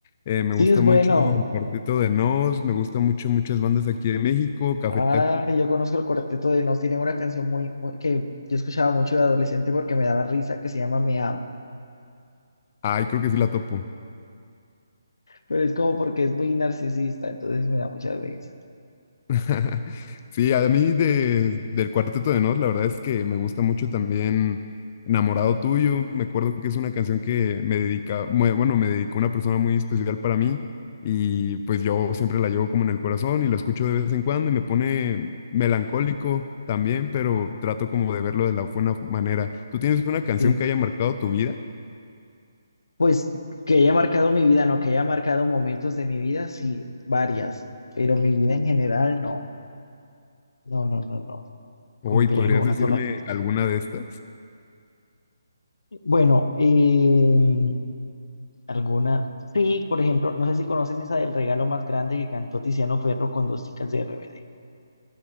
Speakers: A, on the left (about 30°); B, on the left (about 85°).
A: Eh, me gusta
B: Sí, es
A: mucho
B: bueno.
A: el Cuarteto de Nos, me gusta mucho muchas bandas aquí de México, Café
B: Ah,
A: Tacuba
B: yo conozco el cuarteto de Nos. Tienen una canción muy, muy- que yo escuchaba mucho de adolescente porque me daba risa, que se llama Me Amo.
A: Ay, creo que sí la topo.
B: Pero es como porque es muy narcisista, entonces me da mucha risa.
A: <laughs> Sí, a mí de, del Cuarteto de Nos, la verdad es que me gusta mucho también Enamorado Tuyo. Me acuerdo que es una canción que me dedica, mue- bueno, me dedicó una persona muy especial para mí y pues yo siempre la llevo como en el corazón y la escucho de vez en cuando y me pone melancólico también, pero trato como de verlo de la buena manera. ¿Tú tienes una canción
B: Sí,
A: que
B: sí,
A: haya marcado tu vida?
B: Pues que haya marcado mi vida, no, que haya marcado momentos de mi vida, sí, varias, pero mi vida en general, no, no, no, no, no,
A: Hoy,
B: complejo
A: ¿podrías
B: una
A: decirme
B: sola canción.
A: alguna de estas?
B: Bueno, eh, alguna, sí, por ejemplo, no sé si conoces esa del regalo más grande que cantó Tiziano Ferro con dos chicas de RBD,